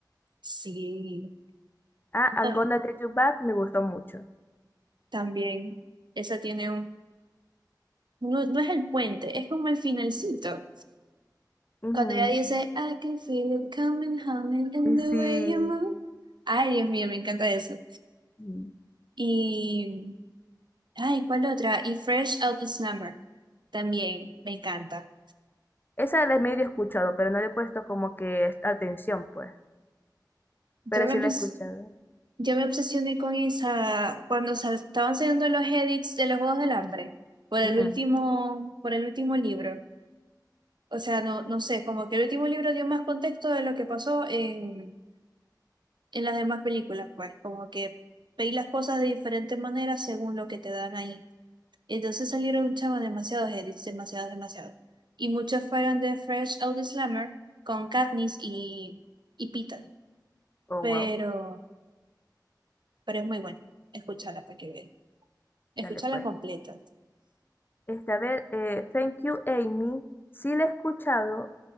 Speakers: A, on the right; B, on the left.
A: Sí,
B: Ah, I'm
A: Ah,
B: Gonna Get You Back me gustó mucho.
A: también. Esa tiene un... No, no es el puente, es como el finalcito.
B: Ujú.
A: Cuando ella dice, I can feel it coming, humming in the
B: Sí.
A: way you move. Ay, Dios mío, me encanta eso.
B: Sí.
A: Y, ay, ¿cuál otra? Y Fresh Out the Summer. También, me encanta.
B: Esa la he medio escuchado, pero no le he puesto como que atención, pues.
A: Yo
B: Pero
A: me,
B: sí
A: pens-
B: la he escuchado.
A: Yo me obsesioné con esa cuando se estaban saliendo los edits de los Juegos del Hambre por el
B: Ujú.
A: último, por el último libro. O sea, no, no sé, como que el último libro dio más contexto de lo que pasó en, en las demás películas, pues, como que veis las cosas de diferentes maneras según lo que te dan ahí. Entonces salieron chavos demasiados edits, demasiados, demasiados. Y muchos fueron de Fresh Out the Slammer con Katniss y, y Peeta.
B: Oh,
A: Pero,
B: wow.
A: pero es muy bueno. escucharla para que vean. escucharla
B: Dale, pues.
A: completa.
B: Este, a ver, eh, Thank You Amy, sí la he escuchado